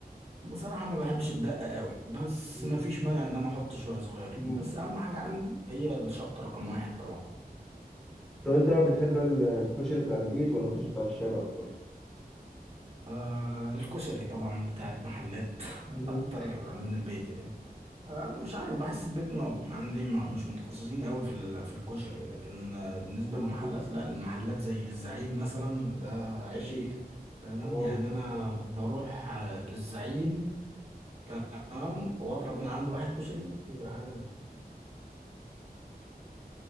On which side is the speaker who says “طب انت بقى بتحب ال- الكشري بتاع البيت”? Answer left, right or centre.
Centre